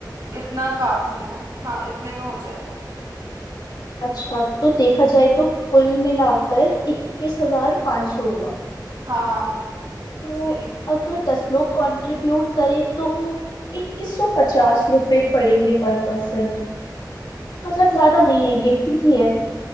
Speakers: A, on the right; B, on the left.
A: इतना काफी है हाँ इतने में हो जाएगा
B: अच्छा तो देखा जाए तो कुल मिलाकर इक्कीस हजार सौ हुआ
A: हाँ हाँ
B: तो
A: सही है
B: अगर दस लोग कंट्रीब्यूट करें तो इक्कीस सौ पचास रुपये पड़ेंगे पर पर्सन मतलब ज्यादा नहीं है ये ठीक ही है